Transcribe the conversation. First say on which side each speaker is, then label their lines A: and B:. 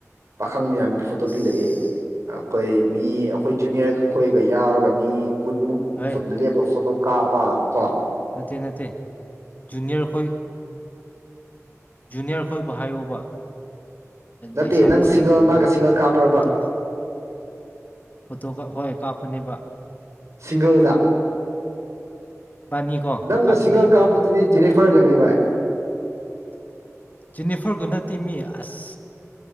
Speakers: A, on the right; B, on the left.
A: ꯑꯈꯪ ꯃꯌꯥꯝꯒꯤ ꯐꯣꯇꯣꯗꯤ
B: ꯑꯁ
A: ꯂꯩꯑꯦ ꯑꯩꯈꯣꯏ ꯃꯤ ꯑꯩꯈꯣꯏ ꯖꯨꯅꯤꯌꯔ ꯈꯈꯣꯏꯒ ꯌꯥꯎꯔꯒ ꯃꯤ ꯀꯨꯟꯃꯨꯛ
B: ꯍꯣꯏ
A: ꯂꯦꯞꯄ ꯐꯣꯇꯣ ꯀꯥ ꯄꯥ ꯀ
B: ꯅꯠꯇꯦ ꯅꯠꯇꯦ ꯖꯨꯅꯤꯌꯔ ꯈꯣꯏ ꯖꯨꯅꯤꯌꯔ ꯈꯣꯏꯕꯨ ꯍꯥꯏꯌꯣꯕ
A: ꯅꯠꯇꯦ
B: ꯂꯩꯁꯥꯕꯤꯁꯤꯡꯗꯨꯕꯨ
A: ꯅꯪ ꯁꯤꯡꯒꯜ ꯃꯥꯒ
B: ꯅꯣꯏ
A: ꯁꯤꯡꯒꯜ ꯀꯥꯞꯄ꯭ꯔꯕ
B: ꯐꯣꯇꯣ ꯐꯣꯇꯣ ꯀꯥꯞ ꯍꯣꯏ ꯀꯥꯞ꯫ <unintelligible>
A: ꯁꯤꯡꯒꯜꯗ꯫
B: ꯕꯥꯅꯤꯀꯣ
A: ꯅꯪ
B: ꯀꯥꯞꯃꯤꯟꯅꯩꯌꯦꯕ
A: ꯁꯤꯡꯒꯜ ꯀꯥꯄꯗꯗꯤ <unintelligible> ꯐꯣꯏꯒꯅꯦꯚꯥꯏ꯫
B: ꯖꯤꯅꯤꯐꫪꯒ ꯅꯠꯇꯦꯃꯤ꯫ ꯑꯁ꯫